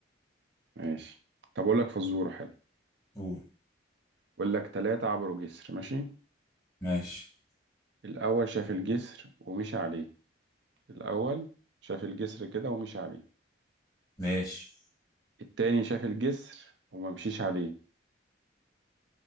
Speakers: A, on the right (about 60°); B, on the left (about 20°).
A: ماشي طب اقول لك فزوره حلو
B: قول
A: اقول لك ثلاثه عبروا جسر ماشي
B: ماشي
A: الاول شاف الجسر ومشي عليه الاول شاف الجسر كده ومشي عليه
B: ماشي
A: التاني شاف الجسر وما مشيش عليه